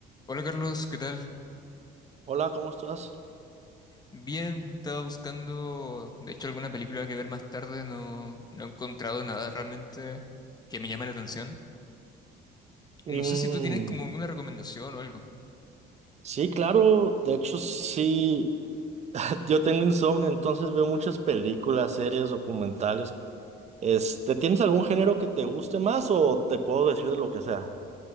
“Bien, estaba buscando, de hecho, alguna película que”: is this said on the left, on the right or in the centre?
Left